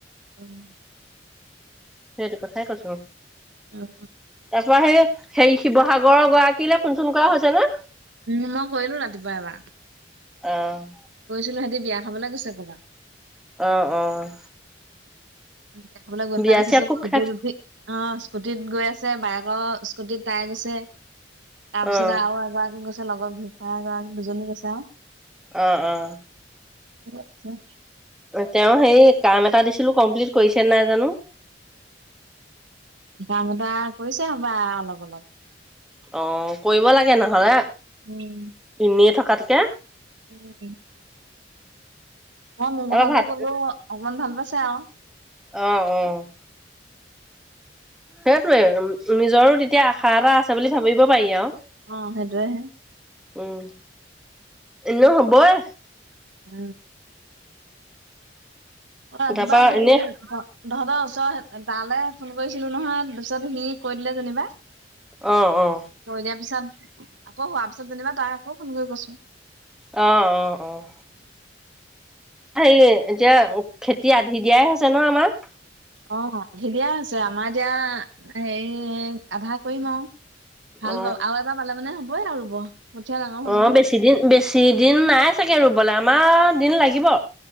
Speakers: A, on the right (about 80°); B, in the centre.
A: উম।
B: সেইটো কথাই কৈছোঁ।
A: অ', <unintelligible>
B: তাৰ পৰা সেই হেই শিৱসাগৰ গৰাকীলৈ ফোন-চোন কৰা হৈছে নে?
A: উম, মই কৰিলো ৰাতিপুৱা এবাৰ।
B: অ'।
A: গৈছিলো, সেহেঁতি বিয়া খাবলৈ গৈছে ক'ৰবাত।
B: অ', অ'।
A: বিয়া খাবলৈ গ'ল
B: বিয়া
A: কাৰনে
B: চিয়া
A: <unintelligible>
B: খুব খাই
A: অ', স্কুটিত গৈ আছে। বাইকৰ স্কুটিত তাই গৈছে। তাৰপিছত
B: অ
A: আৰু এগৰাকী গৈছে লগৰ <unintelligible> এগৰাকী দুজনী গৈছে আৰু।
B: অ', অ'।
A: <unintelligible>
B: তেওঁ সেই কাম এটা দিছিলো কমপ্লিট কৰিছে নাই জানোঁ।
A: কাম এটা কৰিছে হ'বলা অলপ-অলপ।
B: অ', কৰিব লাগে, নহ'লে
A: উম।
B: এনেই থকাতকে।
A: উম।
B: <inaudible>
A: অ' মোৰ
B: তাৰপৰা
A: কথাটো
B: ভাত
A: কলো অকমান ভাল পাইছে আৰু।
B: অ' অ'। সেইটোৱে নিজৰো তেতিয়া আশা এটা আছে বুলি ভাবিব পাৰি আৰু।
A: অ' সেইটোয়ে হে।
B: উম' এনেও হ'বই।
A: উম। অ'
B: তাৰপা
A: তোমাৰ বা হেই।
B: এনে
A: তহঁতৰ ওচৰ তালে ফোন কৰিছিলোঁ নহয় তাৰপিছত সি কৈ দিলে যেনিবা।
B: অ' অ'।
A: কৰি দিয়াৰ পিছত আকৌ' হোৱাৰ পিছত যেনিবা তাই আকৌ ফোন কৰি কৈছোঁ।
B: অ' অ' অ'। হেৰি এতিয়া খেতি আধি দিয়াই হৈছে ন আমাৰ।।
A: অ' আধি দিয়া হৈছে আমাৰ এতিয়া হেৰি আধা কৰিম আৰু। হাল
B: অ
A: বাব আৰু এবাৰ বালে মানে হ'বইে আৰু ৰুব। কঠীয়া ডাঙৰ হ'ল
B: অ'
A: নহয়
B: বেছি দিন, বেছি দিন নাই চাগৈ ৰুবলৈ আমাৰ দিন লাগিব।